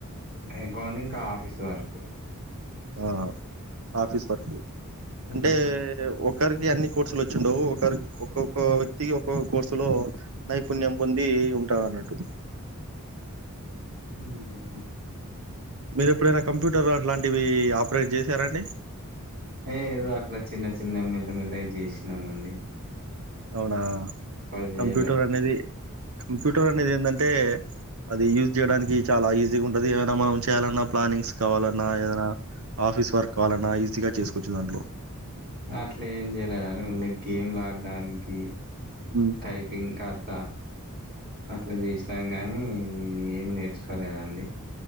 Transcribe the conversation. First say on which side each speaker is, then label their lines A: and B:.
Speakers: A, on the right; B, on the right.
A: ఇగని ఇంకా ఆఫీస్ వరకు
B: ఆ ఆఫీస్ వర్క్ అంటే
A: ఉమ్.
B: ఒకరికి అన్ని కోర్సులు వచ్చి ఉండవు ఒకరికి ఒక్కొక్క వ్యక్తి ఒక్కొక్క కోర్సులో నైపుణ్యం పొంది ఉంటారు అన్నట్టు.
A: మ్ హూ
B: మీరు ఎప్పుడైనా కంప్యూటర్ అట్లాంటివి ఆపరేట్ చేసారాండి.
A: ఏ ఏదో అట్లా చిన్న చిన్న మెల్ల మెల్ల గా చేసినాము అండి.
B: అవునా,
A: చేయలే
B: కంప్యూటర్ అనేది కంప్యూటర్ అనేది ఏంటంటే అది యూజ్ చేయడానికి చాలా ఈజీగా ఉంటాది. ఏదైనా మనం చేయాలన్నా ప్లానింగ్స్ కావాలన్నా ఏదైనా ఆఫీస్ వర్క్ కావాలన్నా ఈజీగా చేసుకోవచ్చు దాంట్లో.
A: అట్లా ఏం చేయలే గానీ ఊరికే గేమ్లు ఆడడానికి.
B: మ్
A: టైపింగ్ కాస్త అట్లా చేస్ కానీ ఇవి ఏం నేర్చుకోలేదండి.